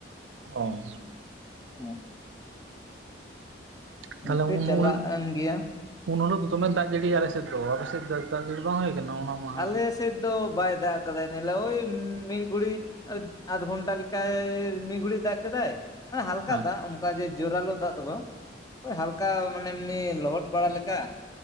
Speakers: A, on the right; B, on the left.
A: ᱚ
B: ᱦᱮᱸ <inaudible>
A: ᱛᱦᱟᱞᱮ
B: ᱤᱱᱠᱟᱹ
A: ᱩᱱ
B: ᱪᱟᱞᱟᱜ
A: ᱩᱞ
B: ᱮᱱ ᱜᱮᱭᱟ
A: ᱩᱱ ᱦᱩᱞᱳᱜ ᱫᱚ ᱫᱚᱢᱮ ᱫᱟᱜ ᱡᱟᱹᱲᱤᱭᱟ ᱟᱞᱮᱥᱮᱫ ᱫᱚ ᱟᱯᱮᱥᱮᱫ ᱫᱚ ᱫᱟᱜ ᱡᱟᱹᱲᱤ ᱵᱟᱝ ᱦᱩᱭ ᱠᱟᱱᱟ? ᱚᱱᱟ ᱢᱟᱦᱟ
B: ᱟᱞᱮ
A: ᱨᱮ?
B: ᱥᱮᱫ ᱫᱚ ᱵᱟᱭ ᱫᱟᱜ ᱠᱟᱫᱟᱭ ᱱᱮᱞᱟ ᱳᱭ ᱢᱤᱫ ᱜᱩᱲᱤ ᱟᱹᱛ ᱟᱫᱷ ᱜᱷᱚᱱᱴᱟ ᱞᱮᱠᱟᱭ ᱢᱤᱫ ᱜᱩᱲᱤᱡ ᱫᱟᱜ ᱠᱮᱫᱟᱭ ᱢᱟᱱᱮ ᱦᱟᱞᱠᱟ
A: ᱦᱮᱸ
B: ᱫᱟᱜ ᱚᱱᱠᱟ ᱡᱮ ᱡᱳᱨᱟᱞᱳ ᱫᱟᱜ ᱫᱚ ᱵᱟᱝ ᱳᱭ ᱦᱟᱞᱠᱟ ᱢᱟᱱᱮ ᱮᱢᱱᱤ ᱞᱚᱦᱚᱫ ᱵᱟᱲᱟ ᱞᱮᱠᱟ᱾